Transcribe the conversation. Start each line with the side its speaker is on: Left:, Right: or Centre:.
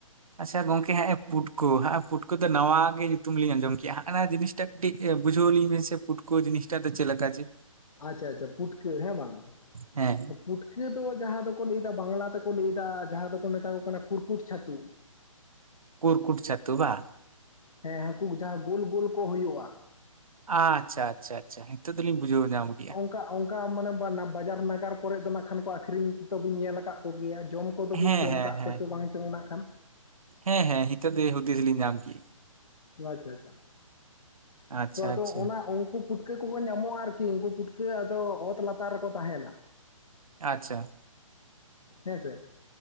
Right: ᱟᱪᱪᱷᱟ ᱜᱚᱢᱠᱮ ᱦᱮᱸ ᱮ ᱯᱩᱴᱠᱟᱹ ᱦᱟᱸᱜ-ᱟ ᱯᱩᱴᱠᱟᱹ ᱫᱚ ᱱᱟᱣᱟ ᱜᱮ ᱧᱩᱛᱩᱢ ᱞᱤᱧ ᱟᱸᱡᱚᱢ ᱠᱮᱜᱼᱟ ᱦᱟᱸᱜ-ᱟ ᱱᱟ ᱡᱤᱱᱤᱥ ᱴᱟ ᱠᱟᱹᱴᱤᱡ ᱵᱩᱡᱷᱟᱹᱣ ᱞᱤᱧ ᱵᱮᱱ ᱥᱮ, ᱯᱩᱴᱠᱟᱹ ᱡᱤᱱᱤᱥᱴᱟ ᱫᱚ ᱪᱮᱫ ᱞᱮᱠᱟ ᱡᱮ
Left: ᱟᱪᱪᱷᱟ ᱟᱪᱪᱷᱟ ᱯᱩᱴᱠᱟᱹ ᱦᱮᱸ ᱵᱟᱝ?
Right: ᱦᱮᱸ᱾
Left: ᱯᱩᱴᱠᱟᱹ ᱫᱚ ᱡᱟᱦᱟᱸ ᱫᱚᱠᱚ ᱞᱟᱹᱭᱫᱟ ᱵᱟᱝᱞᱟ ᱛᱮᱠᱚ ᱞᱟᱹᱭ ᱮᱫᱟ, ᱡᱟᱦᱟᱸ ᱫᱚᱠᱚ ᱢᱮᱛᱟ ᱠᱚ ᱠᱟᱱᱟ ᱠᱩᱨᱠᱩᱴ ᱪᱷᱟᱹᱛᱩ᱾
Right: ᱠᱩᱨᱠᱩᱴ ᱪᱷᱟᱹᱛᱩ ᱵᱟ?
Left: ᱦᱮᱸ, ᱦᱟᱝᱠᱩ ᱡᱟᱦᱟᱸ ᱜᱳᱞ ᱜᱳᱞ ᱠᱚ ᱦᱩᱭᱩᱜᱼᱟ᱾
Right: ᱟᱪᱪᱷᱟ ᱟᱪᱪᱷᱟ ᱟᱪᱪᱷᱟ, ᱱᱤᱛᱚᱜ ᱫᱚᱞᱤᱧ ᱵᱩᱡᱷᱟᱹᱣ ᱧᱟᱢ ᱠᱮᱜᱼᱟ᱾
Left: ᱠᱟᱜ, ᱚᱱᱠᱟ ᱢᱟᱱᱮ ᱵᱟᱱᱟ ᱵᱟᱡᱟᱨ ᱱᱟᱜᱟᱨ ᱠᱚᱨᱮᱜ ᱫᱚ ᱱᱟᱸᱜ ᱠᱷᱟᱱ ᱠᱚ ᱟᱹᱠᱷᱨᱤᱧ ᱛᱚᱵᱤᱱ ᱧᱮᱞᱟ ᱠᱟᱜ ᱠᱚᱜᱮᱭᱟ, ᱡᱚᱢ ᱠᱚᱫᱚ ᱵᱤᱱ
Right: ᱦᱮᱸ
Left: ᱡᱚᱢ
Right: ᱦᱮᱸ
Left: ᱠᱟᱜ
Right: ᱦᱮᱸ
Left: ᱠᱚ ᱪᱚ ᱵᱟᱝ ᱪᱚᱝ ᱱᱟᱜ ᱠᱷᱟᱱ?
Right: ᱦᱮᱸ ᱦᱮᱸ ᱦᱤᱛᱚᱜ ᱫᱚ ᱦᱩᱫᱤᱥ ᱞᱤᱧ ᱧᱟᱢ ᱠᱮ᱾
Left: ᱟᱪᱪᱷᱟ ᱟᱪᱪᱷᱟ᱾
Right: ᱟᱪᱪᱷᱟ
Left: ᱛᱚ ᱟᱫᱚ,
Right: ᱟᱪᱪᱷᱟ
Left: ᱚᱱᱟ ᱩᱱᱠᱩ ᱯᱩᱴᱠᱟᱹ ᱠᱚᱠᱚ ᱧᱟᱢᱚᱜᱼᱟ ᱟᱨᱠᱤ ᱩᱱᱠᱩ ᱯᱩᱴᱠᱟᱹ ᱟᱫᱚ ᱚᱛ ᱞᱟᱛᱟᱨ ᱨᱮᱠᱚ ᱛᱟᱦᱮᱸᱱᱟ᱾
Right: ᱟᱪᱪᱷᱟ᱾
Left: ᱦᱮᱸᱥᱮ,